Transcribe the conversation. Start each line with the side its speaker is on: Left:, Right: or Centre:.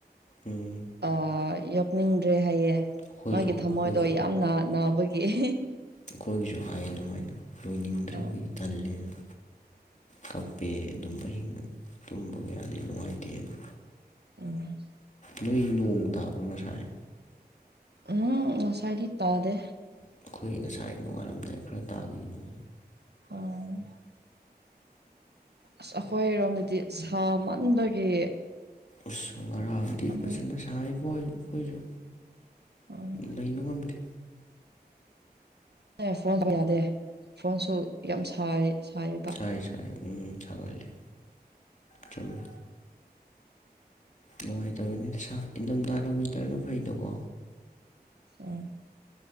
Left: ꯎꯝ꯫
Right: ꯑꯥ ꯌꯣꯛꯅꯤꯡꯗ꯭ꯔꯦ ꯍꯥꯏꯌꯦ
Left: ꯑꯩꯈꯣꯏꯁꯨ
Right: ꯃꯥꯒꯤ ꯊꯃꯣꯏꯗꯣ
Left: ꯑꯩꯈꯣꯏꯁꯨ
Right: ꯌꯥꯝꯅ ꯅꯕꯒꯤ꯫ <unintelligible>
Left: ꯑꯈꯣꯏꯒꯤꯁꯨ ꯍꯥꯏꯌꯦ ꯑꯗꯨꯃꯥꯏꯅ ꯂꯣꯏꯅꯤꯡꯗ꯭ꯔꯦ
Right: ꯎꯝ
Left: ꯍꯨꯏ ꯇꯜꯂꯦꯅ꯫ ꯀꯞꯄꯦ ꯑꯗꯨꯝ ꯑꯍꯤꯡꯒ ꯇꯨꯝꯕꯒ ꯌꯥꯗꯦ ꯅꯨꯡꯉꯥꯏꯇꯦꯅ
Right: ꯎꯝ
Left: ꯅꯣꯏ ꯅꯣꯡ ꯇꯥꯕ꯭ꯔꯣ ꯉꯁꯥꯏ
Right: ꯎꯝ ꯉꯁꯥꯏꯗꯤ ꯇꯥꯗꯦ
Left: ꯑꯩꯈꯣꯏ ꯉꯁꯥꯏ ꯅꯣꯉꯥꯜꯂꯝꯗꯥꯏ ꯈꯔ ꯇꯥꯒꯤ ꯅꯣꯡ
Right: ꯎꯝ ꯑꯁ ꯑꯩꯈꯣꯏꯔꯣꯝꯗꯗꯤ ꯁꯥꯃꯟꯕꯒꯤ
Left: ꯎꯁ ꯉꯔꯥꯡꯗꯤ
Right: ꯈꯪꯗꯦ
Left: ꯐꯖꯅ ꯁꯥꯥꯏꯕꯣ ꯑꯩ ꯑꯩꯈꯣꯏꯁꯨ
Right: ꯎꯝ
Left: ꯂꯩꯕ ꯉꯝꯗꯦ
Right: ꯑꯦ ꯐꯣꯟꯁꯨ ꯌꯥꯗꯦ ꯐꯣꯟꯁꯨ ꯌꯥꯝ ꯁꯥꯏ ꯁꯥꯏꯌꯦꯕ
Left: ꯑꯩ ꯁꯥꯏꯕ ꯎꯝ ꯁꯥꯒꯠꯂꯦ ꯆꯨꯨꯝꯃꯦ ꯅꯨꯡꯉꯥꯏꯇꯕꯅꯤꯅ ꯁꯥ ꯏꯟꯊꯝꯊꯥꯅ ꯋꯤꯟꯇꯔꯅ ꯐꯩꯗꯀꯣ
Right: ꯎꯝ